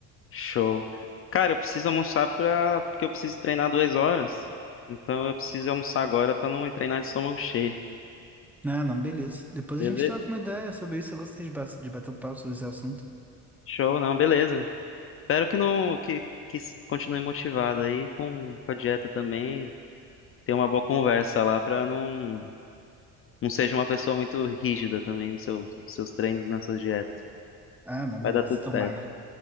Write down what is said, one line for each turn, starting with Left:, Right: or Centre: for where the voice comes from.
Left: Show. Cara, eu preciso almoçar pra... porque eu preciso treinar duas horas. Então eu preciso almoçar agora pra não treinar de estômago cheio.
Centre: Não, não, beleza. Depois
Left: Beleza?
Centre: a gente troca uma ideia sobre isso. Eu gostei de, ba- de bater um papo sobre esse assunto.
Left: Show, não, beleza. Espero que não que, que s- continue motivado aí com, com a dieta também. Ter uma boa conversa lá pra não não seja uma pessoa muito rígida também nos seus, nos seus treinos, nas suas dietas.
Centre: Ah, não,
Left: Vai
Centre: beleza.
Left: dar tudo
Centre: Tomara.
Left: certo.